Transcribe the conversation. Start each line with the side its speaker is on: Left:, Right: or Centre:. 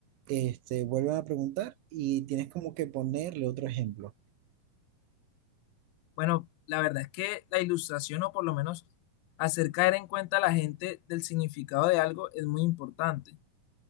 Right: este, vuelven a preguntar y tienes como que ponerle otro ejemplo.
Left: Bueno, la verdad es que la ilustración, o por lo menos hacer caer en cuenta a la gente del significado de algo, es muy importante.